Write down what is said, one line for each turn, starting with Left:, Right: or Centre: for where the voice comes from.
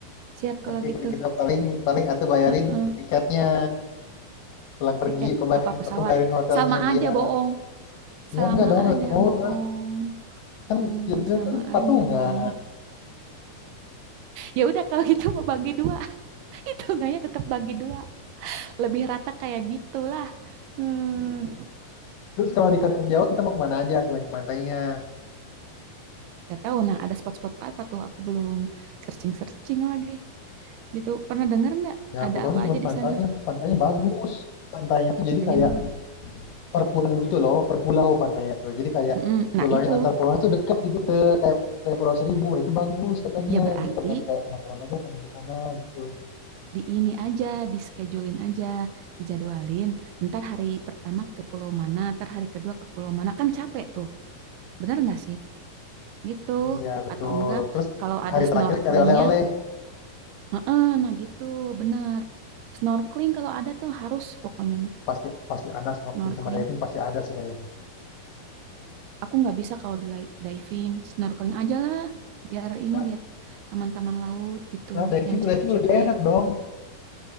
Right: siap kalau
Left: Oke,
Right: gitu.
Left: kalau kita paling paling atau bayarin
Right: Eh,
Left: tiketnya pulang pergi
Right: Tiket
Left: kebayarin
Right: apa pesawat?
Left: kebayarin hotelnya.
Right: Sama aja
Left: Iya,
Right: bohong, sama
Left: Ya enggak dong,
Right: aja
Left: lebih murah.
Right: bohong,
Left: kan
Right: Eh,
Left: jadinya
Right: sama
Left: kan patungan.
Right: aja bohong. Ya udah kalau gitu mau bagi dua, <laughs> itu enggaknya tetap bagi dua, lebih rata kayak gitulah. Hmm.
Left: Terus kalau di Karimun Jawa kita mau kemana aja selain ke pantainya?
Right: Gak tahu. Nah, ada spot-spot apa tuh? Aku belum searching-searching lagi. Gitu. Pernah dengar nggak?
Left: Ya
Right: Ada
Left: aku tahu
Right: apa
Left: sih cuma
Right: aja di
Left: pantainya,
Right: sana?
Left: pantainya bagus. Pantainya tuh jadi
Right: Pantainya
Left: kayak
Right: bagus.
Left: per pulau gitu loh, per pulau pantainya tuh. Jadi kayak
Right: Mm-mm. Nah,
Left: pulau
Right: itu.
Left: antar pulau itu deket gitu tuh, kayak kayak Pulau Seribu. Nah, itu bagus katanya.
Right: Ya berarti
Left: Jadi pengen kayak penasaran aja pengen ke sana gitu.
Right: di ini aja, di schedulein aja, dijadwalin. Ntar hari pertama ke pulau mana, ntar hari kedua ke pulau mana. Kan capek tuh. Bener nggak sih? Gitu.
Left: Iya, betul.
Right: Atau enggak,
Left: Terus
Right: kalau ada
Left: hari
Right: snorkelingnya,
Left: terakhir cari oleh-oleh.
Right: heeh, nah gitu, bener. Snorkeling kalau ada tuh harus pokoknya mah.
Left: Pasti pasti ada snorkeling
Right: Snorkeling
Left: sama diving pasti ada sih kayaknya.
Right: Aku nggak bisa kalau di- diving, snorkeling aja lah. Biar ini
Left: Nah,
Right: lihat teman-teman laut gitu,
Left: nah, diving
Right: yang
Left: diving
Right: cetek-cetek.
Left: lebih enak dong.